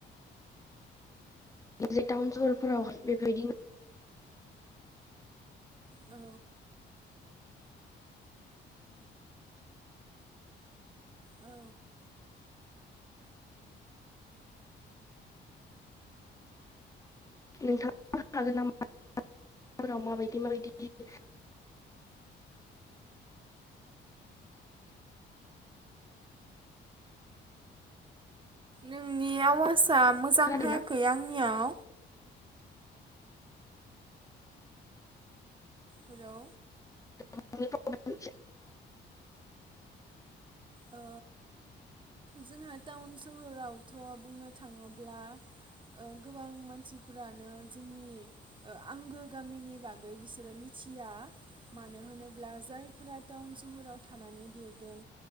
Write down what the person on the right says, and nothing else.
औ औ
नोंनियाव आवासा मोजां
हायाखै आंनियाव हेलौ
ओ जोंहा टाउन सहरावथ' बुंनो थाङोब्ला ओ गोबां मानसिफोरानो जोंनि ओ आंगो गामिनि बागै बिसोरो मिथिया मानो होनोब्ला जायफोरा टाउन सहराव थानानै देरदों।